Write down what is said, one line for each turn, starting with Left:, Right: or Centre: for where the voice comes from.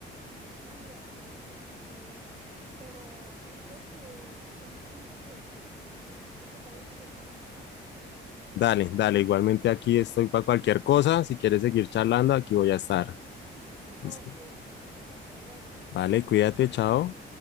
Right: Sí, así es como tú dices. Pero yo creo que ya me tengo que ir. Entonces, ¿qué te parece si lo dejamos aquí?
Left: Dale, dale, igualmente aquí estoy para cualquier cosa. Si quieres seguir charlando, aquí voy a estar. Listo.
Right: Ok, ok. Hasta luego.
Left: Vale, cuídate, chao.